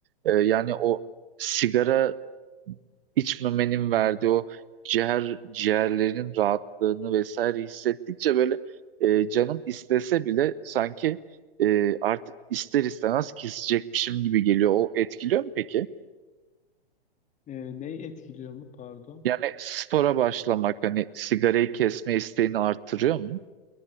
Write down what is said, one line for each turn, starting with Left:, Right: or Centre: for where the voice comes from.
Right: Ee, yani o sigara içmemenin verdiği o ciğer ciğerlerin rahatlığını vesaire hissettikçe böyle e, canım istese bile sanki e, artık ister istemez kesecekmişim gibi geliyor. O etkiliyor mu peki?
Left: E, neyi etkiliyor mu pardon?
Right: Yani spora başlamak hani sigarayı kesme isteğini arttırıyor mu?